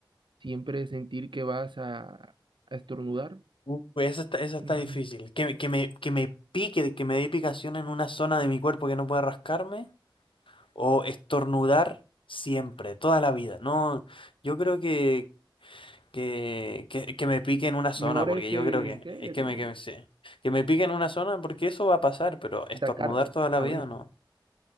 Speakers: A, on the right (about 65°); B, on the left (about 80°).
A: siempre sentir que vas a, a estornudar.
B: Uh, Pues esa está, esa está
A: Mm,
B: difícil. Que, me, que me que me pique, que me dé picación en una zona de mi cuerpo que no pueda rascarme, o estornudar siempre, toda la vida. No, yo creo que, que, que, que me pique en una zona,
A: Mejor
B: porque
A: es que,
B: yo creo que
A: que,
B: es
A: que
B: que
A: te
B: me, que me, sí. Que me pique en una zona, porque eso va a pasar, pero estornudar
A: atacarte.
B: toda la
A: Ah,
B: vida,
A: bueno,
B: no.